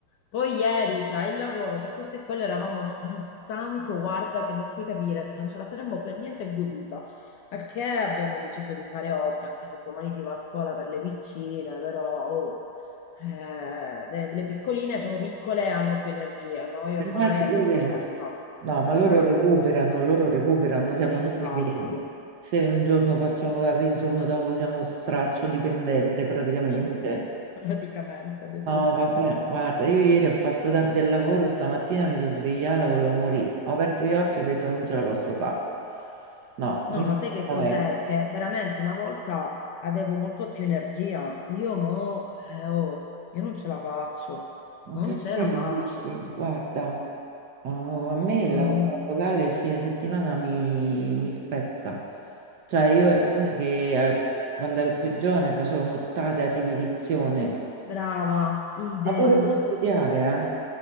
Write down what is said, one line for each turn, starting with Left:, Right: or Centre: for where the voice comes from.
Left: Poi ieri, tra il lavoro, tra questo e quello, eravamo no- di un stanco, guarda, che non puoi capire, non ce la saremmo per niente goduta. Al che abbiamo deciso di fare oggi, anche se domani si va a scuola per le piccine, però oh, eh, le, le piccoline sono piccole e hanno più energia. Noi
Right: Infatti,
Left: ormai abbiamo
Right: quelle-
Left: una certa.
Right: no, ma loro
Left: Eh,
Right: recuperano, loro recuperano, siamo
Left: sì,
Right: noi
Left: infatti,
Right: che se un giorno facciamo tardi, il giorno dopo siamo straccio dipendente praticamente.
Left: <laughs> praticamente, ha detto
Right: No,
Left: bene.
Right: vabbè, guarda, io ieri ho fatto tardi al lavoro, stamattina mi sono svegliata, volevo morire. Ho aperto gli occhi e ho detto non ce la posso fare. No,
Left: No,
Right: mi sono
Left: ma sai
Right: fatta
Left: che cos'è?
Right: vecchia.
Left: Che veramente una volta avevo molto più energia. Io mo, eh, oh, io non ce la faccio,
Right: Anche
Left: non ce
Right: bello,
Left: la faccio.
Right: dici, guarda, oh, a me il
Left: Mm,
Right: lavoro locale il fine settimana mi, mi spezza. Cioè, io
Left: eh,
Right: ero
Left: vedi.
Right: una che eh, quando ero più giovane facevo nottate a ripetizione,
Left: Brava, idem,
Right: ma pure per studiare, eh.